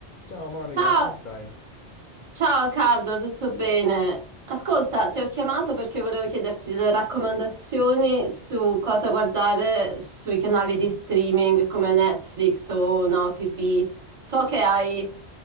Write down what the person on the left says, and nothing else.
Ciao Monica,
come stai?